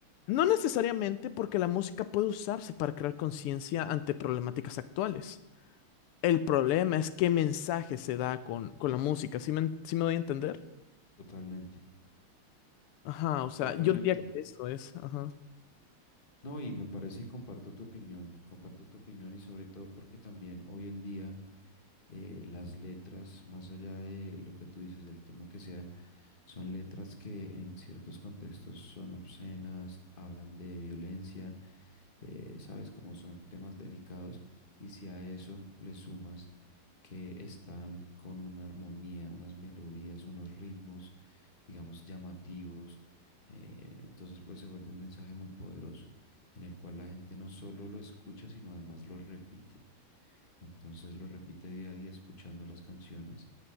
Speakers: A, on the left; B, on the left.
A: no necesariamente porque la música puede usarse para crear conciencia ante problemáticas actuales. El problema es qué mensaje se da con, con la música. ¿Sí me, sí me doy a entender?
B: Totalmente,
A: Ajá,
B: to-
A: o sea,
B: totalmente.
A: yo diría que eso es. Ajá.
B: No, y me parece y comparto tu opinión, comparto tu opinión y sobre todo porque también hoy en día eh, las letras, más allá de lo que tú dices, del tema que sea, son letras que en ciertos contextos son obscenas, hablan de violencia, eh, sabes, como son temas delicados, y si a eso le sumas que están con una armonía, unas melodías, unos ritmos, digamos, llamativos, eh, entonces pues se vuelve un mensaje muy poderoso en el cual la gente no solo lo escucha, sino además lo repite. Entonces lo repite día a día escuchando las canciones